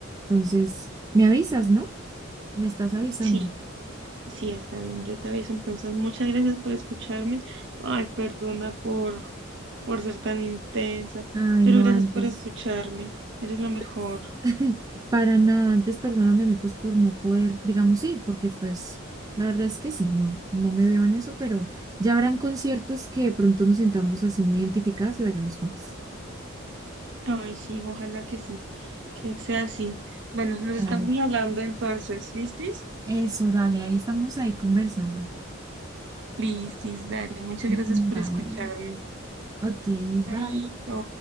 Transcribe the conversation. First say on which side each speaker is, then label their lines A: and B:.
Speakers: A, on the right; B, on the right.
A: Entonces, me avisas, ¿no? Me estás avisando.
B: Sí. Sí, está bien, yo te aviso. Entonces, muchas gracias por escucharme. Ay, perdona por, por ser tan intensa,
A: Ay,
B: pero
A: no,
B: gracias
A: antes.
B: por escucharme. Eres la mejor.
A: antes, <laughs> para nada, antes perdóname a mí pues por no poder, digamos, ir, porque pues la verdad es que sí, no, no me veo en eso, pero ya habrán conciertos que de pronto nos sentamos así muy identificadas y vayamos juntas.
B: Ay, sí, ojalá que sí, que sea así. Bueno, nos
A: Dale.
B: estamos hablando entonces, ¿listis?
A: Eso, dale, ahí estamos ahí conversando.
B: Listis, dale, muchas
A: Mm,
B: gracias por
A: Vale.
B: escucharme.
A: Ok,
B: Chaito.
A: bye.